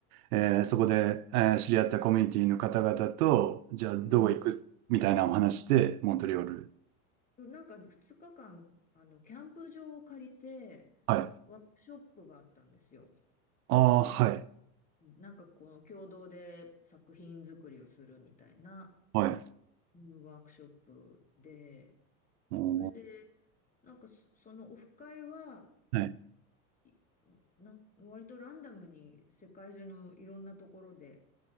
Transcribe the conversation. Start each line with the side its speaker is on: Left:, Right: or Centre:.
Right: えーそこで、えー知り合ったコミュニティの方々と、じゃあどこ行くみたいなお話で、
Left: うん
Right: モントリオール。
Left: なんか2日間、あの、キャンプ場を借りて、
Right: はい。
Left: ワークショップがあったんですよ。
Right: ああ、はい。
Left: なんかこの共同で作品作りをするみたいな、
Right: はい。
Left: うんワークショップで、
Right: おー、
Left: それで、なんかそそのオフ会は、
Right: はい。
Left: いなん割とランダムに世界中のいろんなところで、